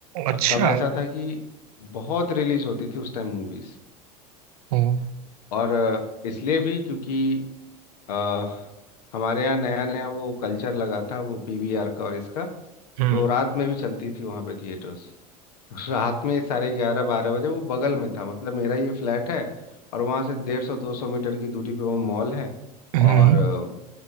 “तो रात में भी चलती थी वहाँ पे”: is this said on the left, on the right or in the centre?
Left